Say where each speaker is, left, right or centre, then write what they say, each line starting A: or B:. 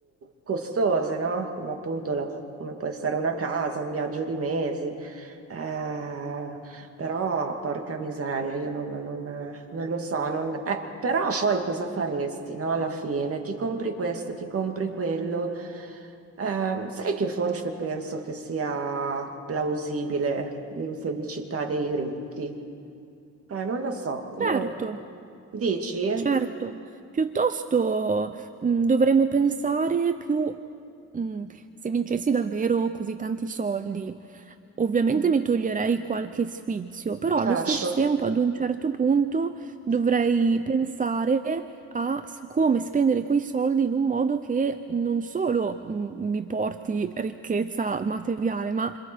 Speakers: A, on the right; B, on the right.
A: costose, no? Come appunto la- come può essere una casa, un viaggio di mesi. Eh, però, porca miseria, io non, non- non lo so. non- eh, però poi cosa faresti, no? Alla fine ti compri questo, ti compri quello. Ehm, sai che forse penso che sia plausibile l'infelicità dei ricchi? Eh, non lo so, io...
B: Certo.
A: Dici?
B: Certo, piuttosto mh, dovremmo pensare più mh, se vincessi davvero così tanti soldi. Ovviamente
A: Mm,
B: mi toglierei qualche sfizio, però allo
A: Certo.
B: stesso tempo ad un certo punto dovrei pensare a s- come spendere quei soldi in un modo che non solo mh, mi porti ricchezza materiale, ma